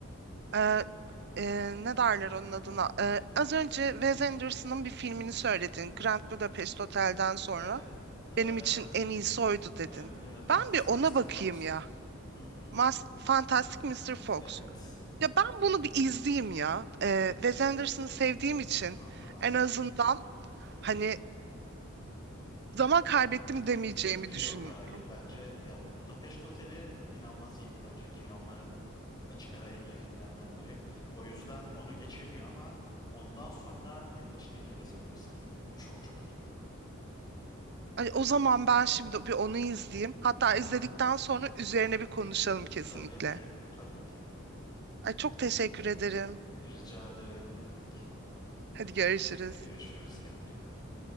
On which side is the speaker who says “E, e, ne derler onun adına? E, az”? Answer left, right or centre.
Right